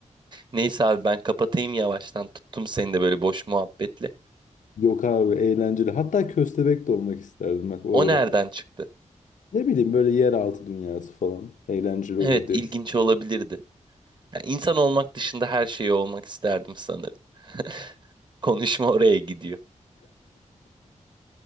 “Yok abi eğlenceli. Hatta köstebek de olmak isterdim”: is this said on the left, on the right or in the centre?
Left